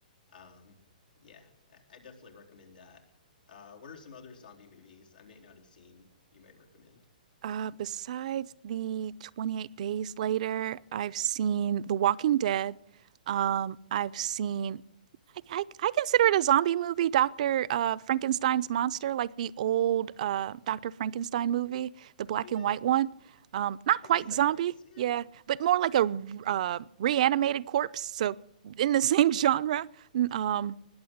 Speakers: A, on the left; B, on the right.
A: um, yeah, I, I definitely recommend that. Uh, what are some other zombie movies I may not have seen you might recommend?
B: Uh, besides the 28 Days Later, I've seen The Walking Dead. Um, I've seen I, I, I consider it a zombie movie, Dr. uh, Frankenstein's Monster, like the old uh, Dr. Frankenstein movie, the black
A: Yeah,
B: and white one. Um, not
A: I
B: quite
A: guess that
B: zombie,
A: counts. Yeah.
B: yeah, but more like a uh, reanimated corpse, so in the same <laughs> genre. Um,